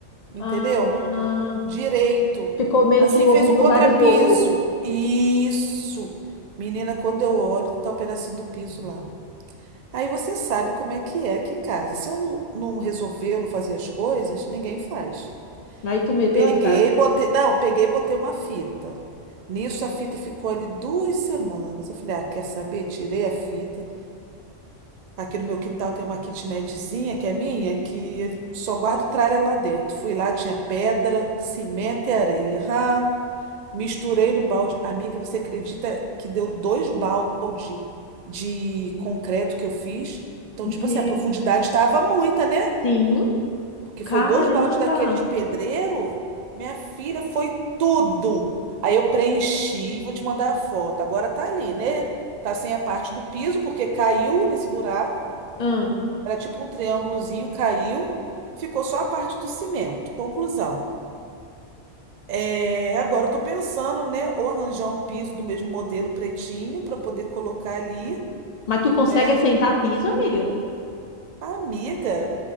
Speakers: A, on the right (about 65°); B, on the left (about 55°).
A: entendeu?
B: Ah,
A: Direito.
B: ficou meio
A: Assim,
B: que em alguns
A: fez um
B: lugares
A: contrapiso.
B: louco.
A: Isso. Menina, quando eu olho, tá o pedacinho do piso lá. Aí você sabe como é que é aqui em casa. Se eu não, não resolver, eu não fazer as coisas, ninguém faz.
B: Aí tu meteu
A: Peguei,
B: as caras.
A: botei. Não, peguei e botei uma fita. Nisso a fita ficou ali duas semanas. Eu falei, ah, quer saber? Tirei a fita. Tá Aqui no meu quintal tem uma kitnetzinha que é minha, que eu só guardo tralha lá dentro. Fui lá, tinha pedra, cimento e areia. Ah, misturei no balde. Amiga, você acredita que deu dois balde de concreto que eu fiz? Então,
B: Meu,
A: tipo assim, a profundidade estava muita, né?
B: sim,
A: Porque
B: caramba.
A: foi dois baldes daquele de pedreiro. Minha filha, foi tudo. Aí eu preenchi, vou te mandar a foto. Agora tá ali, né? Tá sem a parte do piso, porque caiu nesse buraco.
B: Ah,
A: Era tipo um triângulozinho, caiu, ficou só a parte do cimento. Conclusão. É, agora eu tô pensando, né, ou arranjar um piso do mesmo modelo pretinho para poder colocar ali,
B: mas tu consegue
A: né?
B: assentar piso, amiga?
A: Amiga,